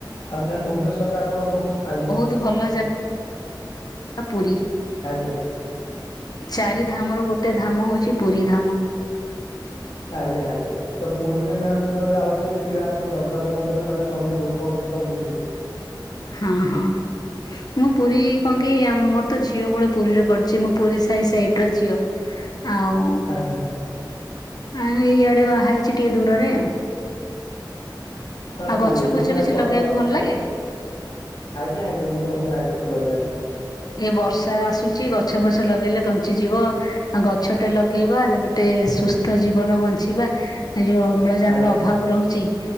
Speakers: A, on the left; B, on the left.
A: ହଉ ମ୍ୟାାମ ଭୁବନେଶ୍ୱରରେ ଆପଣ କୋଉ ଆଜ୍ଞା।
B: ବ ଭଲ ଜାଗା ପୁରୀ।
A: ଆଜ୍ଞା।
B: ଚାରି ଧାମ ର ଗୋଟେ ଧାମ ହଉଚି ପୁରୀ ଧାମ।
A: ଆଜ୍ଞା ଆଜ୍ଞା। ତ ପୁରୀରେ ମ୍ୟାମ୍ ଯେତେବେଳେ ଯାଉଥିବେ ଦେଖିବେ ଆପଣ ଜଗନ୍ନାଥ ମନ୍ଦିରରେ ମାନେ ସବୁ ଦୁଃଖ କଷ୍ଟ ଭୁଲିଯିବେ।
B: ହଁ ହଁ। ମୁଁ ପୁରୀ କଣ କି ମୋର ତ ଝିଅ ବୋଳ ପୁରୀରେ କଟିଚି ମୁଁ ପୁରୀ ସା ସାଇଡ ର ଝିଅ। ଆଉ
A: ଆଜ୍ଞା।
B: ଆ ଏଇଆଡେ ବାହାହଇଚି ଟିକେ ଦୂରରେ ଆଉ।
A: ନା
B: ଆଉ
A: ପୁରୀରୁ
B: ଗଛ ଫଛ
A: ମ୍ୟାମ୍
B: କିଛି
A: କଟକ
B: ଲଗେଇବାକୁ
A: ଆଉ
B: ଭଲ ଲାଗେ
A: ଆଜ୍ଞା ଆଜ୍ଞା ମୋତେ ଭଲ ଲାଗେ ଗଛ ଲଗେଇବା ପାଇଁ।
B: ଏ ବର୍ଷା ଆସୁଚି ଗଛ ଫଛ ଲଗେଇଲେ ବଞ୍ଚିଯିବ। ଆଉ ଗଛ ଟେ ଲଗେଇବା ଗୋଟେ ସୁସ୍ଥ ଜୀବନବଞ୍ଚିବା। ଏ ଯୋଉ ଅମ୍ଳଜାନର
A: ଆଜ୍ଞା
B: ଅଭାବ ରହୁଚି।